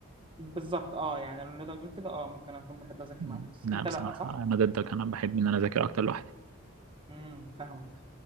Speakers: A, on the right; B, on the right.
A: بالظبط اه يعني لو نقدر نقول كده اه ممكن اكون بحب اذاكر
B: مم.
A: مع ناس
B: لا
A: انت
B: بصراحة
A: لا صح
B: أنا ضدك أنا بحب إن أنا أذاكر أكتر لوحدي
A: امم فاهمك